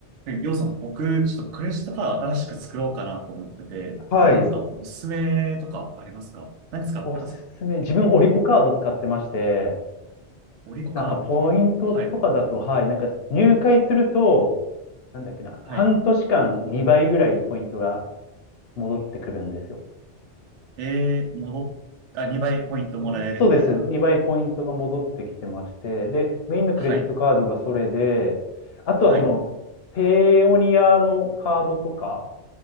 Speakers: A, on the right; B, on the left.
A: で、りょうさん、僕、ちょっとクレジットカード新しく作ろうかなと思ってて、
B: はい。
A: なんかおすすめとかありますか何使ってますか
B: おすすめ。自分、オリコカード使ってまして、
A: オリコカード。
B: なんかポイントとかだと、
A: はい。
B: はい、なんか入会すると、なんだっけな、
A: はい。
B: 半年間2倍ぐらいポイントが戻ってくるんですよ。
A: えー、戻っ、あ、2倍ポイントもらえるみたいな。
B: そうです。2倍ポイントが戻ってきてまして、で、メインのクレジットカードがそれで、
A: はい。
B: あとはその、
A: はい。
B: ペイオニアのカードとか、